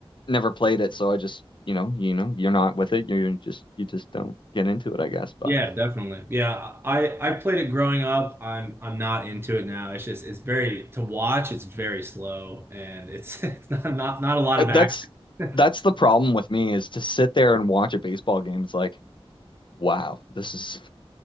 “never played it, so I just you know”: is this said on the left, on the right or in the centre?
Left